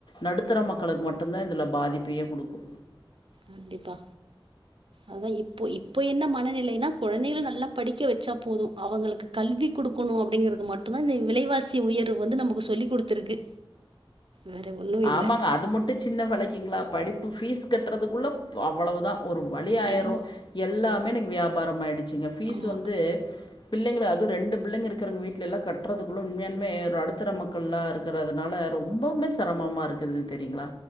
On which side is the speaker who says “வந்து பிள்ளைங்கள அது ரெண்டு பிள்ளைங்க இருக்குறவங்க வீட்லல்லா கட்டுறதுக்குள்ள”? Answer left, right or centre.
Left